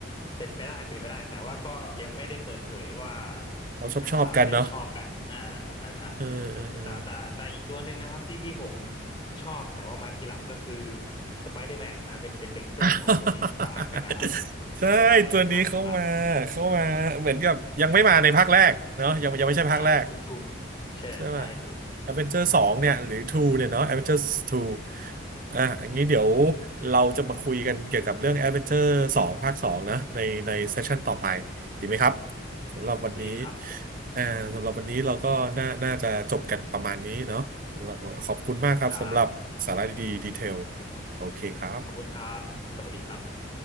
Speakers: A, on the left; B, on the right.
A: เป็นไปได้เป็นไปได้ แต่ว่าก็ยังไม่ได้เปิดเผยว่า
B: เขาชอบชอบกันเนาะ
A: อ่าได้ชอบกันอ่าใช่ใช่
B: เออเออเออ
A: แต่แต่แต่อีกตัวหนึ่งนะครับที่ที่ผมชอบแต่ว่ามาทีหลังก็คือสไปเดอร์แมนนะเป็นเป็นเด็กเส้นของโทนี่สตาร์กกันนะครับ
B: <laughs> ใช่ตัวนี้เข้ามาเข้ามาเหมือนกับยังไม่มาในภาคแรกเนาะยังยังไม่ใช่ภาคแรก
A: จะมาในภาคหลังๆ ใช่อ่าถูกถูกใช่ใช่ถูก
B: ใช่ไหมแอดเวนเจอร์สองเนี่ยหรือทูเนี่ยเนาะแอดเวนเจอร์ทูอ่ะอันนี้เดี๋ยวเราจะมาคุยกันเกี่ยวกับเรื่องแอดเวนเจอร์สองภาคสองนะในในเซสชันต่อไปดีไหมครับสำหรับวันนี้
A: ดีครับผม
B: อ่าสำหรับวันนี้เราก็น่าน่าจะจบกันประมาณนี้เนาะสำหรับขอบคุณมากครับสำหรับสาระดีๆดีเทล
A: ครับ
B: โอเคครับ
A: ขอบคุณครับ สวัสดีครับ